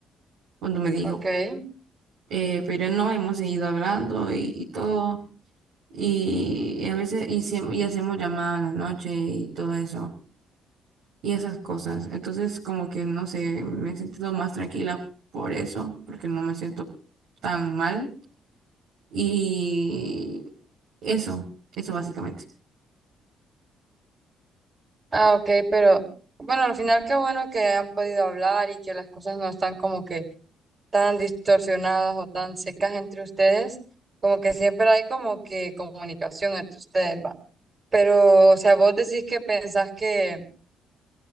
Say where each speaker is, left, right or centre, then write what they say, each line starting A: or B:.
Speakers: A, on the right; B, on the right.
A: cuando me dijo,
B: ok.
A: eh, pero no, hemos seguido hablando y y todo. Y, y a veces, y, siem- y hacemos llamadas en la noche y todo eso, y esas cosas. Entonces, como que no sé, me he sentido más tranquila por eso, porque no me siento tan mal. Y eso, eso básicamente.
B: Ah, ok, pero bueno, al final qué bueno que han podido hablar y que las cosas no están como que tan distorsionadas o tan secas entre ustedes. Como que siempre hay como que comunicación entre ustedes, ¿va? Pero, o sea, vos decís que pensás que